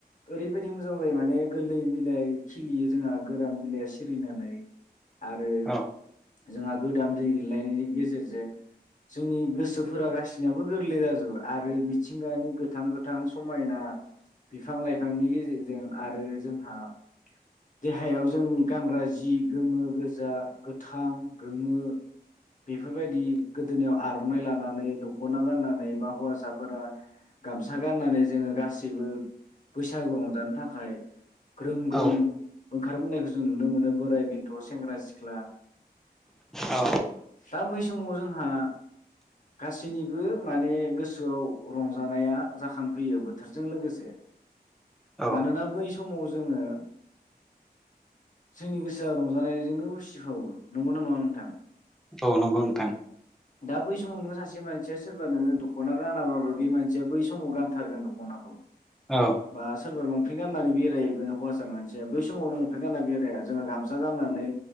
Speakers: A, on the left; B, in the centre.
A: ओरैबायदि मोजां जायो माने गोरलै बिलाइ खिलियो जोंहा गोरान बिलाइया सिरिनानै आरो
B: औ
A: जोंहा गोदान दै गोलैनायनि गेजेरजों जोंनि गोसोफोरा गासि नाबो गोरलै जाजोबो आरो मिथिंगानि गोथां गोथां समायना बिफां लाइ फांनि गेजेरजों आरो जोंहा देहायाव जोंनि गानग्रा जि गोमो गोजा गोथां गोमो बेफोरबायदि गोदोनायाव आर'नाइ लानानै दख'ना गाननानै बा हौवासाफोरा गामसा गाननानै जोङो गासैबो बैसागु रंजानो थाखाय ग्रोम ग्रोम
B: औ
A: ओंखारबोनायखौ जों नुनो मोनो बोराय बेन्थ' सेंग्रा सिख्ला
B: औ।
A: दा बै समाव जोंहा गासैनिबो माने गोसोआव रंजानाया जाखांफैयो बोथोरजों लोगोसे।
B: औ
A: मानोना बै समाव जोङो जोंनि गोसोआ रंजानायजोंनो उसिफावो। नंगौना नङा नोंथां?
B: औ नंगौ नोंथां।
A: दा बै समाव नोङो सासे मानसिया सोरबा नोङो दख'ना गानाबाबो बे मानसिया बै समाव गानथारगोन दख'नाखौ।
B: औ
A: बा सोरबा लंपेन्ट गाननानै बेराय हैबा मानसिया बै समावनो लंपेन्ट गानना बेराया जोङो गामसा गाननानै